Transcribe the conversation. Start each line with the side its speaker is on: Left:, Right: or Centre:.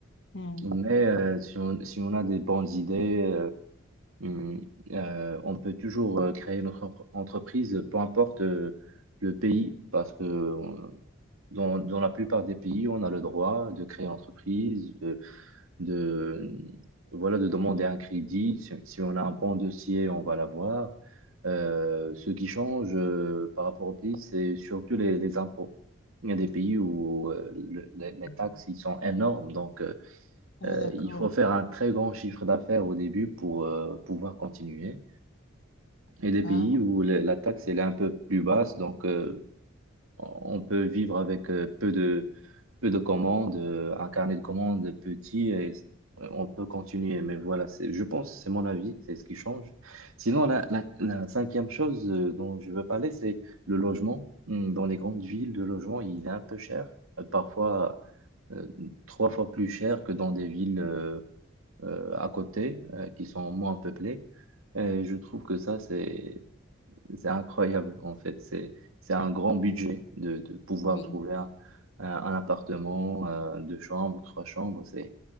Left: Mm.
Right: Mais euh, si on, si on a des bonnes idées, euh, hum, euh, on peut toujours euh, créer notre entre- entreprise, peu importe euh, le pays, parce que on- dans, dans la plupart des pays, on a le droit de créer une entreprise, de, voilà, de demander un crédit. Si, si on a un bon dossier, on va l'avoir. Euh, ce qui change euh, par rapport au pays, c'est surtout les, les impôts. Il y a des pays où euh, le- les, les
Left: Mhm.
Right: taxes ils sont énormes, donc euh,
Left: Ah,
Right: euh,
Left: d'accord.
Right: il faut faire un très grand chiffre d'affaires au début pour euh, pouvoir continuer. Et des
Left: Ah,
Right: pays où le- la taxe elle est un peu plus basse, donc euh, on peut vivre avec euh, peu de, peu de commandes, euh, un carnet de commandes petit et s- euh, on peut continuer. Mais voilà, c'est, je pense, c'est mon avis, c'est ce qui change. Sinon, la, la, la cinquième chose euh, dont je veux parler, c'est le logement. Hmm, Dans les grandes villes, le logement, il est un peu cher, euh, parfois euh, trois fois plus cher que dans des villes euh, euh, à côté euh, qui sont moins peuplées. Et je trouve que ça, c'est c'est incroyable en fait. C'est, c'est un grand budget de, de pouvoir
Left: oui,
Right: trouver un, un- un appartement, euh, deux chambres, trois chambres. C'est,